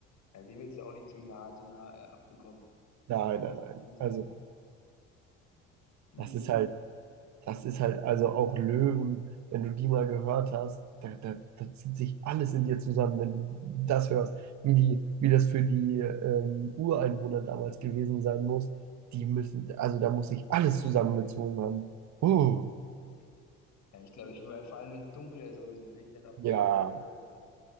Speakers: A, on the left (about 55°); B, on the right (about 55°).
A: ja, den willst du auch nicht zu nah, zu nah äh, abbekommen.
B: Nein, nein, nein.
A: Ich würde sagen,
B: Also
A: die
B: das
A: Jemine.
B: ist halt, das ist halt, also auch Löwen, wenn du die mal gehört hast, da, da, da zieht sich alles in dir zusammen, wenn du das hörst, wie die, wie das für die ähm, Ureinwohner damals gewesen sein muss. Die müssen, also da muss sich alles zusammengezogen haben. Uh,
A: Nee, nee. Ja, ich glaube, ich, äh, vor allem wenn es dunkel ist oder so, will ich das auf
B: ja.
A: gar keinen Fall hören wollen.